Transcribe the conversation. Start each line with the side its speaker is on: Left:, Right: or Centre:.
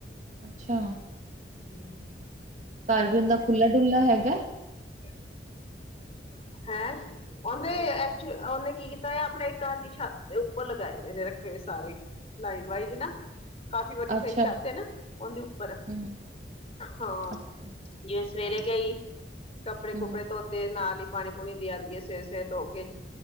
Right: ਅੱਛਾ
Left: ਹਮ <unintelligible>
Right: ਅਰ ਵੀ ਉਣਾਂਦਾ, ਖੁਲਾ ਡੁੱਲਾ ਹੈਗਾ।
Left: ਕੋਈ ਆਵਾਜ਼ ਨਹੀਂ ਹੈ <unintelligible> ਹੈਂ, ਔਦੇ ਔਨੇ ਕੀ ਕੀਤਾ, ਆਪਣੇ ਘਰ ਦੀ ਛੱਤ ਦੇ ਉੱਪਰ ਲਗਾਏ ਹੋਏ ਨੇ ਸਾਰੇ ਨਾਈਟ ਵਾਈਜ਼ ਨਾ, ਕਾਫੀ ਵੱਡੀ
Right: ਅੱਛਾ
Left: ਸਾਰੀ ਛੱਤ ਹੈ ਨਾ, ਉਹਦੇ ਉਪਰ
Right: ਹੂੰ
Left: ਹਾਂ
Right: ਅੱਛਾ ਅੱਛਾ
Left: ਜਿਵੇਂ ਸਵੇਰੇ ਗਈ। ਆਪਣੇ ਕੁਬੜੇ
Right: ਹੂੰ
Left: ਧੋਤੇ, ਨਾਲ ਹੀ ਪਾਣੀ ਪੂਣੀ ਦੇ ਆਉਂਦੀ ਐ, ਸਵੇਰੇ ਸਵੇਰੇ ਧੋ ਕੇ